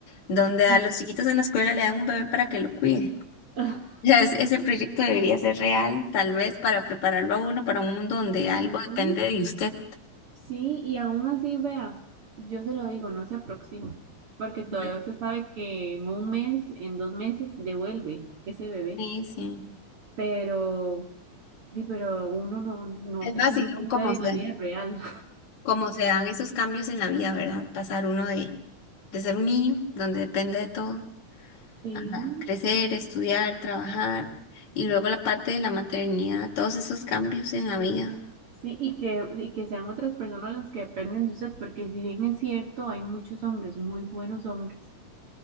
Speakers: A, on the left (about 60°); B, on the right (about 45°).
A: donde
B: Mm.
A: a los chiquitos en la escuela le dan un bebé para que lo cuide. <laughs>
B: <laughs>
A: O sea, es- ese proyecto debería ser real, tal vez, para prepararlo a uno para un mundo donde algo
B: Sí,
A: depende de usted.
B: sí, y aún así, vea, yo se lo digo, no se aproxima, porque todavía
A: Ujú.
B: usted sabe que en un mes, en dos meses, devuelve ese bebé,
A: Sí, sí.
B: pero, di, pero uno no, no,
A: Es
B: eso
A: vacilón
B: no sucede
A: como
B: en
A: se,
B: la vida real.
A: como se dan esos cambios en la vida, ¿verdad? Pasar uno de, de ser un niño, donde depende de todo,
B: Sí,
A: a crecer, estudiar, trabajar, y luego la parte de la maternidad, todos esos cambios en la vida.
B: sí, y que, y que sean otras personas las que dependen de usted, porque si bien es cierto, hay muchos hombres, muy buenos hombres,